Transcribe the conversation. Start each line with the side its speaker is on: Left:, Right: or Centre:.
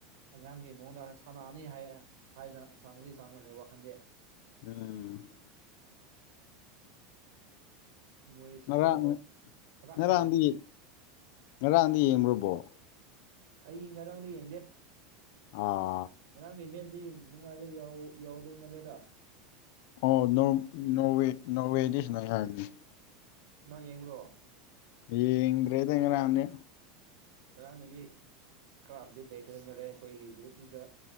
Right: ꯑꯉꯥꯡꯒꯤ ꯃꯑꯣꯡꯗ ꯁꯥꯟꯅꯅꯤ ꯍꯥꯏ ꯍꯥꯏꯅ ꯆꯪꯕꯗꯤ ꯆꯪꯃꯜꯂꯦ ꯋꯥꯈꯜꯗꯤ
Left: ꯎꯝ
Right: ꯃꯣꯏ ꯁꯤꯒꯗꯕ
Left: ꯉꯔꯥꯡ
Right: ꯈꯔ
Left: ꯉꯔꯥꯡꯗꯤ
Right: ꯈꯛꯇꯅꯤ
Left: ꯉꯔꯥꯡꯗꯤ ꯌꯦꯡꯕꯔꫭ ꯕꫭꯜ
Right: ꯑꯩ ꯉꯔꯥꯡꯗꯤ ꯌꯦꯡꯗꯦ
Left: ꯑꯥ
Right: ꯉꯔꯥꯡꯒꯤ ꯃꯦꯁꯇꯤ ꯅꯨꯡꯉꯥꯏꯕ ꯌꯥꯎꯗꯣꯏ ꯃꯥꯜꯂꯦꯗ
Left: ꯑꫭ ꯅꫭꯔꯋꯦ ꯅꯣꯋꯦꯗꯤ ꯁꯥꯟꯅꯩ ꯍꯥꯏꯕꯅꯦ
Right: ꯅꫭꯏ ꯌꯦꯡꯕꯔꯣ
Left: ꯌꯦꯡꯗꯔꯦꯗ ꯉꯔꯥꯡꯗꯤ
Right: ꯉꯔꯥꯡꯒꯤꯗꯤ ꯈꯔ ꯑꯞꯗꯦꯠ ꯂꯩꯇꯕ ꯃꯥꯜꯂꯦ ꯑꯩꯈꯣꯏꯒꯤ ꯒ꯭ꯔꯨꯞꯇꯨꯗ